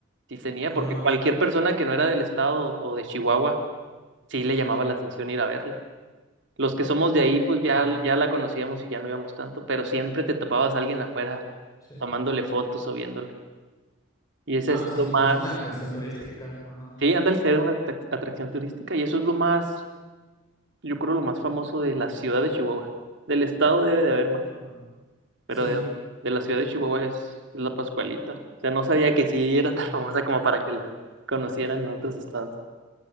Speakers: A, on the right (about 60°); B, on the left (about 15°).
A: sí tenía,
B: ajá,
A: porque cualquier persona que no era del estado o de Chihuahua, sí le llamaba la atención ir a verla. Los que somos de ahí, pues
B: wow,
A: ya, ya la conocíamos y ya no íbamos tanto, pero siempre te topabas a alguien afuera
B: sí,
A: tomándole
B: claro.
A: fotos o viéndola. Y ese
B: Ah,
A: es
B: sí,
A: lo
B: pues
A: más,
B: es una atracción turística, ajá,
A: sí, ándale, era una atrac- atracción turística y eso es lo más, yo creo, lo más famoso de la ciudad de Chihuahua. Del estado debe de haber más.
B: Wow.
A: pero
B: sí.
A: de, de la ciudad de Chihuahua es, es la Pascualita. O sea, no sabía que sí era tan
B: Wow.
A: <laughs> famosa como para que la conocieran en otros estados.